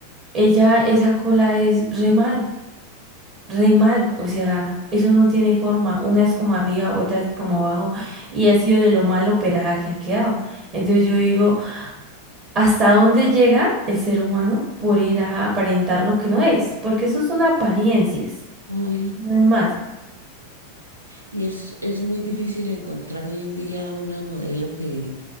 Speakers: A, on the right; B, on the right.
A: Ella, esa cola es re mal, re mal, o sea, eso no tiene forma, una es como arriba, otra es como abajo, y ha sido de lo mal operada que ha quedado. Entonces yo digo, ¿hasta dónde llega el ser humano por ir a aparentar lo que no es? Porque eso son apariencias,
B: uy, obvio
A: no es más.
B: Y es, es muy difícil encontrar hoy en día una modelo que,